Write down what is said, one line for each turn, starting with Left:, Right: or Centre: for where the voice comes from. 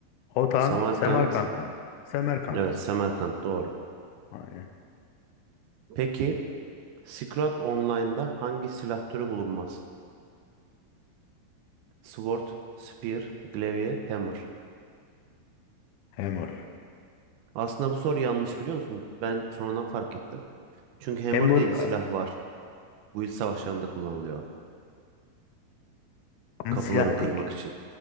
Left: Hotan,
Right: Samarkand.
Left: Semerkant mı? Semerkant.
Right: Evet, Samarkand doğru.
Left: Aynen.
Right: Peki Silk Online'da hangi silah türü bulunmaz? Sword, Spear, Glaive, Hammer.
Left: Hammer.
Right: Aslında bu soru yanlış biliyor musun? Ben sonradan fark ettim. Çünkü Hammer
Left: Hammer
Right: diye de silah
Left: a-
Right: var. Guild savaşlarında kullanılıyor.
Left: ama
Right: Kapıları
Left: silah
Right: kırmak
Left: değil.
Right: için.